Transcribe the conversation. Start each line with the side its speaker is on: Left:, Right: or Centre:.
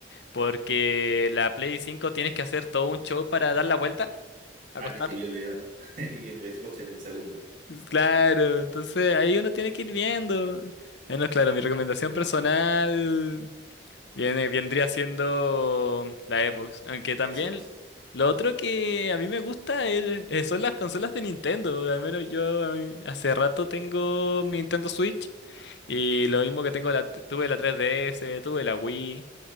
Left: porque la Play 5 tienes que hacer todo un show para dar la vuelta, acostarla.
Right: Ah, sí, sí, vi el video, ¿no? <laughs> Y en el Xbox en un segundo.
Left: Claro, entonces ahí uno tiene que ir viendo. Bueno, claro, mi recomendación personal viene, vendría siendo la Xbox. Aunque también
Right: Xbox.
Left: lo otro que a mí me gusta es- eh, son las consolas de Nintendo. Al menos yo a mí- hace rato tengo mi Nintendo Switch y lo mismo que tengo la, tuve la 3DS, tuve la Wii,